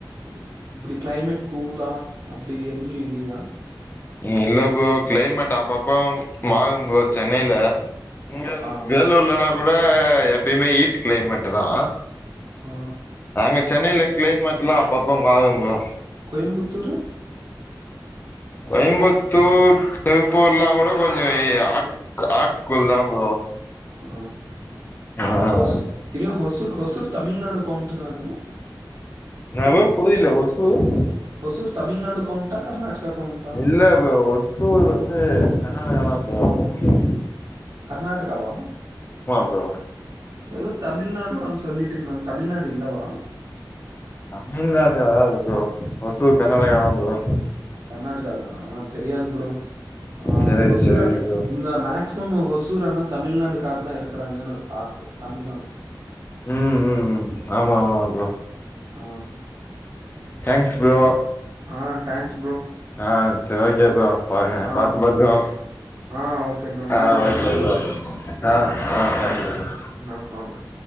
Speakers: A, on the right; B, on the left.
A: இப்டி கிளைமேட் கூலா அப்டி எங்கியு இல்லயா
B: இல்ல ப்ரோ க்ளைமேட் அப்பப்ப மாறு ப்ரோ சென்னைல இங்க
A: ஆ
B: வேலூர்லனா கூட எப்பய்மே ஹீட்டு க்ளைமேட்டுதா
A: அ
B: அ இங்க சென்னைல கிளைமேட் ல்லா அப்பப்ப மாறு ப்ரோ
A: கோயம்புத்தூரு
B: கோயம்பத்தூர் திருப்பூர்ல்லாங்கூட கொஞ்சோ ஆட் கு ஆட்கூல் தா ப்ரோ
A: ஆ
B: என்ன
A: ஹொஸ் த்ரி ஹொசூர் ஹொசூர் தமிழ்நாடு கவுண்ட்டு தானே
B: என்னா போ புரில ஒசூர்
A: ஒசூர் தமிழ்நாடு கவுண்ட்டா கர்நாட்கா கவுண்ட்டா
B: இல்ல ப்ரோ ஒர் ஒசூர் வந்து கர்நாடகாதா ப்ரோ வரு
A: கர்நாடகாவா
B: ப்ரோ
A: எதோ தமிழ்நாடு அன் சொல்லிட்டு இர்ந்தாங்க தமிழ்நாடு இல்லவா
B: தமிழ்நாடு வராது ப்ரோ ஒசூர் கர்நாடகாதா ப்ரோ
A: கர்நாடகாதானா தெரியாது ப்ரோ ஆ
B: சேரி
A: ஓசூர
B: சேரி ப்ரோ
A: இந்த மேக்ஸ் இன்னமு ஒசூரானா தமிழ்நாடுக்கார்தா இருக்கறாங்கன்னு ஒரு டாக்கு தமிழம்
B: ம் ம் ம் ஆமா ஆமா ப்ரோ
A: ஆ
B: தேங்க்ஸ் ப்ரோ
A: ஆ டேங்க்ஸ் ப்ரோ
B: ஆ செர் ஓகே ப்ரோ பாருங்க
A: ஆ
B: பாத்து
A: ஓகே.
B: பத்ரோ
A: ஆ ஓகே ப்ரோ.
B: ஆ
A: நீங்க பத்திரம்
B: ஓகே ப்ரோ ஆ ஆ தேங்க் யூ ப்ரோ
A: நா <unintelligible>